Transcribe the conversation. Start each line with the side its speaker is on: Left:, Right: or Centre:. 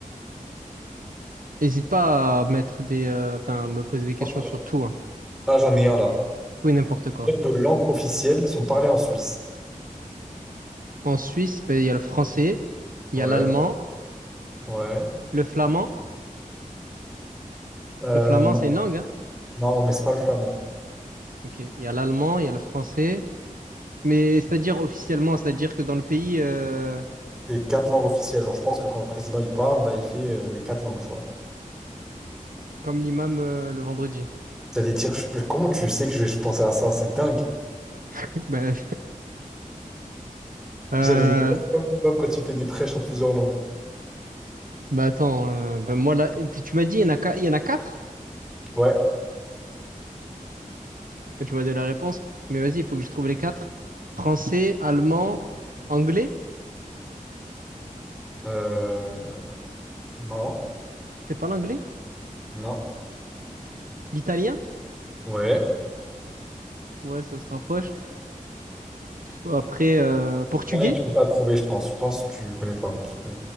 Right: N'hésite pas à mettre des... euh, Enfin, me poser des questions
Centre: Ok.
Right: sur tout. Hein.
Centre: Ah, j'en ai un là.
Right: Tout et n'importe quoi.
Centre: Combien de langues officielles sont parlées en Suisse?
Right: En Suisse, ben, il y a le français, il
Centre: Ouais,
Right: y a l'allemand,
Centre: ouais.
Right: le flamand.
Centre: Euh,
Right: Le flamand,
Centre: non,
Right: c'est une langue, hein?
Centre: non, mais c'est pas le flamand.
Right: Ok. Il y a l'allemand, il y a le français. Mais c'est-à-dire officiellement, c'est-à-dire que dans le pays, euh,
Centre: C'est quatre langues officielles. Genre, je pense que quand le président il parle, bah, il fait euh, les quatre langues, tu vois.
Right: comme l'imam euh, le vendredi.
Centre: J'allais dire, je- mais comment tu sais que je vais penser à ça? C'est dingue.
Right: <laughs> Ben, euh,
Centre: J'allais dire, c'est comme comme quand tu fais des prêches en plusieurs langues.
Right: ben attends, euh, ben moi là, tu tu m'as dit il y en a, qua- il y en a quatre?
Centre: Ouais.
Right: Ben, tu m'as donné la réponse, mais vas-y, il faut que je trouve les quatre. Français, allemand, anglais,
Centre: Euh, non,
Right: c'est pas l'anglais?
Centre: non.
Right: L'italien?
Centre: Ouais.
Right: Ouais, ça se rapproche. Après, euh, portugais,
Centre: Il y en a une, tu peux pas trouver, je pense. Je pense que tu connais pas. Parce que